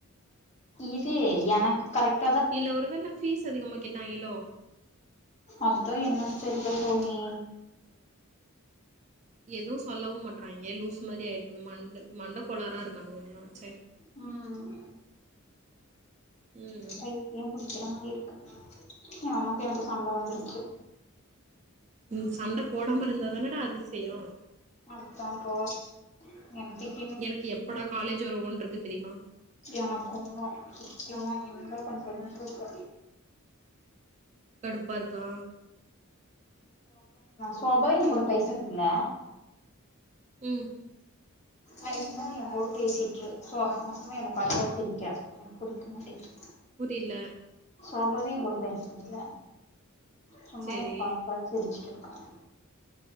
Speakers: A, on the left; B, on the right.
A: இது எனக் கரெக்ட்
B: இல்ல ஒரு வேள ஃபீஸு அதிகமா கேட்டாயிங்கள்லோ
A: அத்தா என்னான் தெரில சௌமி
B: எதுவு சொல்லவு மாட்றாயிங்க லூஸ் மாதிரி ஆயி மண்ட மண்டக்கோளாராருக்கானுங்க எல்லாம்சே
A: ம்
B: ம்
A: பைத்தியோ பிடிக்கிற மாரி இருக்கு ஏ அம்மாக்கு எனக்கு சண்ட வந்துருச்சு
B: ம் சண்ட போடாம இருந்தாதானடா அதிசயோ
A: அத்தா பா என் திட்
B: எனக்கு எப்படா காலேஜ் வருவோனு இருக்கு தெரியுமா
A: எனக்கும்தா சத்தியமா என்ன பண்றதுன்ட்ருக்க
B: கடுப்பாருக்கா
A: சோபாய் எங் கூட பேசுறதில்ல
B: ம்
A: ஆ இன்னு எங் கூட பேசிட்டுரு சோ அசமாசமா என்ன பாத் பாத்து சிரிக்கரா எனக் புடிக்க மாட்டேங்குது
B: புரியல
A: சோபாவு எங் கூட பேசுறதில்ல சும்மா
B: சேரி
A: என்ன பாத் பாத் சிரச்சுட்டு இருக்குறா